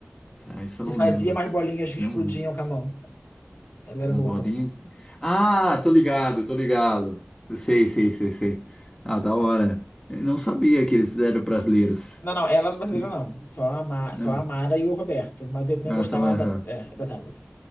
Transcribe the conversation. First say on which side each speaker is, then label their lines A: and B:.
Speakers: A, on the left; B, on the left.
A: tá, isso eu
B: Que
A: não
B: fazia
A: lembro.
B: mais bolinhas que
A: Não,
B: explodiam
A: né?
B: com a mão. Ela era
A: uma
B: boa
A: bolinha.
B: também.
A: Ah, tô ligado, tô ligado. Eu Sei, sei, sei, sei. Ah, da hora. Eu não sabia que eles eram brasileiros.
B: Não, não, ela não é brasileira,
A: Hum,
B: não. Só a, Ma,
A: Não.
B: só a Mara e o Roberto. Mas eu também
A: Ah,
B: gostava
A: Samara.
B: da, é, da Tabata.